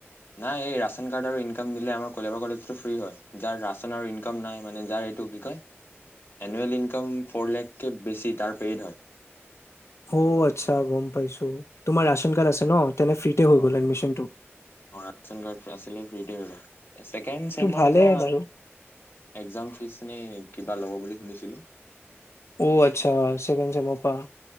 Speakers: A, on the left; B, on the left.
A: নাই এই ৰাচন কাৰ্ড আৰু ইনকাম দিলে আমাৰ কলেবাৰ কলেজটো ফ্ৰী হয়। যাৰ ৰাচন আৰু ইনকাম নাই মানে যাৰ এইটো কি কয়? এনুৱেল ইনকাম ফ'ৰ লেখকে বেছি তাৰ পেইড হয়।
B: অ, আচ্ছা গম পাইছোঁ, তোমাৰ ৰাচন কাৰ্ড আছে ন'? তেনে ফ্ৰীতে হৈ
A: অ',
B: গ'ল এডমিশনটো
A: অ', ৰাচন কাৰ্ড আছিলে ফ্ৰীতে গ'ল। চেকেণ্ড চেমৰ
B: টো ভালেই
A: পৰা
B: বাৰু
A: এক্সাম ফিছ মানে কিবা ল'ব বুলি শুনিছিলোঁ?
B: অ', আচ্ছা চেকেণ্ড চেমৰ পৰা।